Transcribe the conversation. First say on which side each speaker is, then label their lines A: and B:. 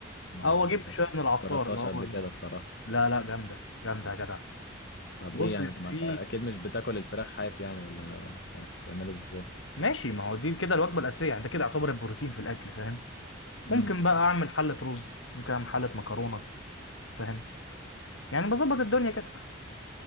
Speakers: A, on the left; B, on the left.
A: ما
B: او اجيب
A: ما جر-
B: شويه من العطار
A: جربتهاش
B: اللي هو
A: قبل
B: ال-
A: كده بصراحه
B: لا لا جامده جامده يا جدع
A: طب
B: بص
A: ايه يعني
B: في
A: ما انت اكيد مش بتاكل الفراخ حاف يعني ولا ولا بتعملها ازاي
B: ماشي ما هو دي كده الوجبه الاساسيه يعني ده كده يعتبر البروتين في الاكل فاهم
A: امم
B: ممكن بقى اعمل حله رز ممكن اعمل حله مكرونه فاهم يعني بظبط الدنيا كده